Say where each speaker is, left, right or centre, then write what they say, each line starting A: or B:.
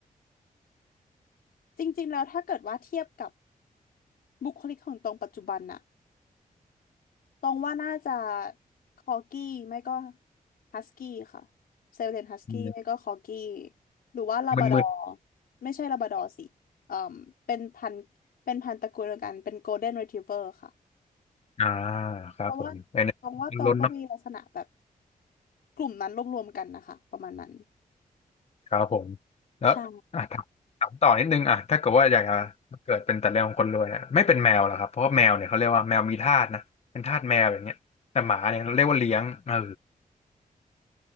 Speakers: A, on the left; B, on the left.
A: จริงๆแล้วถ้าเกิดว่าเทียบกับบุคลิกของตรงปัจจุบันน่ะตรงว่าน่าจะคอร์กี้ไม่ก็ฮัสกี้ค่ะเซลเลนฮัสกี้ไม่ก็คอร์กี้
B: อืม
A: หรือว่าลาบราดอร์
B: มึน
A: ไม่ใช่ลาบราดอร์สิเอ่อเป็นพันธุ์เป็นพันธุ์ตระกูลเดียวกันเป็นโกลเด้นรีทรีเวอร์ค่ะ
B: ๆอ่าครับผมไอ้นี่มันล้นเนาะ
A: เพราะว่าตองว่าตองก็มีลักษณะแบบกลุ่มนั้นรวมๆกันนะคะประมาณนั้น
B: ครับผมแล้วอ่ะถามถามต่อนิดนึงอ่ะถ้าเกิดว่าอยากจะเกิดเป็นแต่เรื่องของคนรวยเนี่ยไม่เป็นแมวหรอครับเพราะว่าแมวเนี่ยเขาเรียกว่าแมวมีทาสนะเป็นทาสแมวอย่างเงี้ยแต่หมาเนี่ยเราเรียกว่าเลี้ยงเออ
A: ใช่